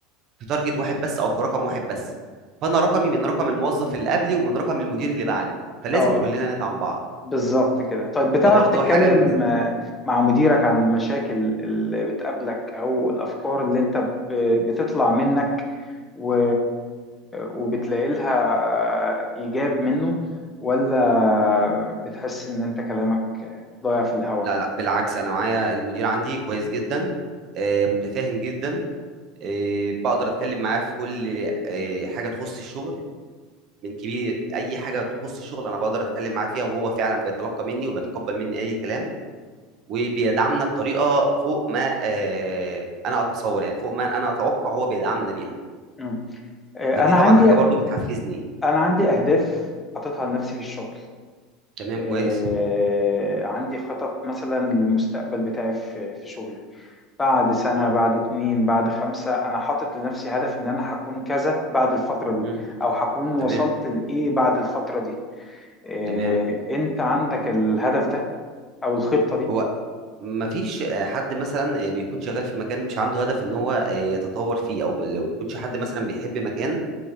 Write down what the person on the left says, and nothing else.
اه
بالظبط كده طيب بتعرف
تتكلم
آه، مع مديرك عن المشاكل اللي بتقابلك او الافكار اللي انت ب- بتطلع منك و... وبتلاقي لها ايجاب منه ولا بتحس ان انت كلامك ضايع في الهوا
كده
مم. آه،
انا
عندي
انا عندي اهداف حاططها لنفسي في الشغل
آه،
عندي خطط مثلا للمستقبل بتاعي في في شغلي بعد سنة
بعد اتنين بعد خمسة أنا حاطط لنفسي هدف إن أنا هكون كذا بعد الفترة دي
أو هكون وصلت
لإيه بعد الفترة دي إيه
أنت عندك الهدف ده أو الخطة دي